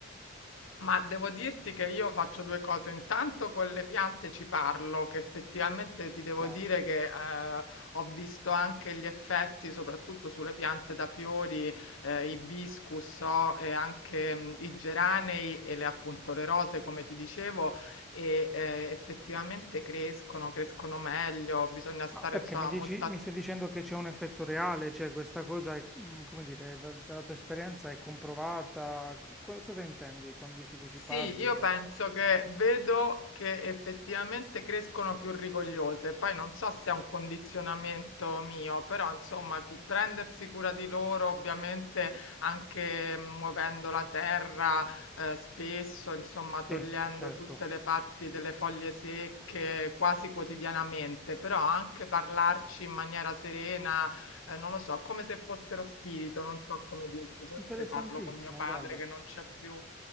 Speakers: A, on the left; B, in the centre.
A: Ma devo dirti che io faccio due cose. Intanto con le piante ci parlo, che effettivamente ti devo
B: chiaro.
A: dire che eh, ho visto anche gli effetti, soprattutto sulle piante da fiori, eh, ibiscus, so, e anche mm, i geranei e le, appunto le rose, come ti dicevo, e eh, effettivamente crescono, crescono meglio, bisogna
B: Ma
A: stare
B: perché
A: insomma
B: mi dici,
A: molto
B: mi stai dicendo che c'è un effetto reale, cioè questa cosa è, mm, come dire, da- dalla tua esperienza è comprovata? Co- cosa intendi quando dici che ci
A: Sì,
B: parli?
A: io penso che vedo che effettivamente crescono più rigogliose. Poi non so se è un condizionamento mio, però insomma, cu- prendersi cura di loro, ovviamente anche mm, muovendo la terra eh, spesso, insomma,
B: Sì,
A: togliendo
B: certo.
A: tutte le parti delle foglie secche quasi quotidianamente, però anche parlarci in maniera serena eh, non lo so, come se fossero spirito, non so come dirti, forse
B: Interessantissimo,
A: parlo con mio padre
B: guarda.
A: che non c'è più,